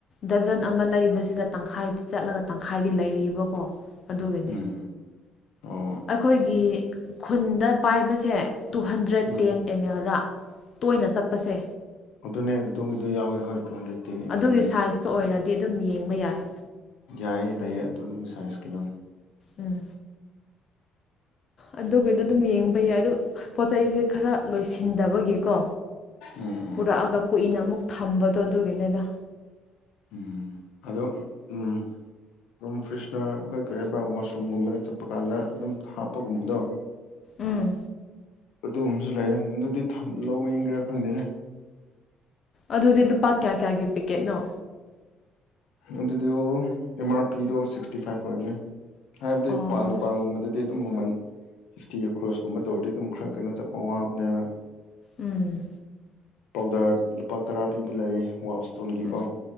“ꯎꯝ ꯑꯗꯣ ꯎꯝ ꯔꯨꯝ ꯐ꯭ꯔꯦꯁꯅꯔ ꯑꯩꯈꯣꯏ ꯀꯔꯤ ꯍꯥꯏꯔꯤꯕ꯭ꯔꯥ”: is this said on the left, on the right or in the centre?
Left